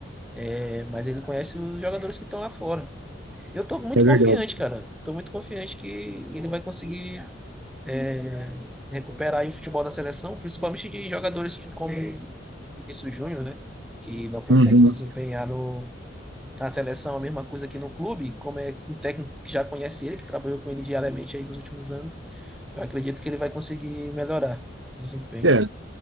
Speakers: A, in the centre; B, on the right.
A: É, mas ele conhece os jogadores que estão lá fora. Eu tô muito
B: É verdade.
A: confiante, cara. Tô muito confiante que ele vai conseguir é, recuperar aí o futebol da seleção, principalmente de jogadores como Vinícius Júnior, né? Que não consegue
B: Uhum.
A: desempenhar no, na seleção, a mesma coisa que no clube, como é um técnico que já conhece ele, que trabalhou com ele diariamente aí nos últimos anos, eu acredito que ele vai conseguir melhorar o desempenho.
B: É,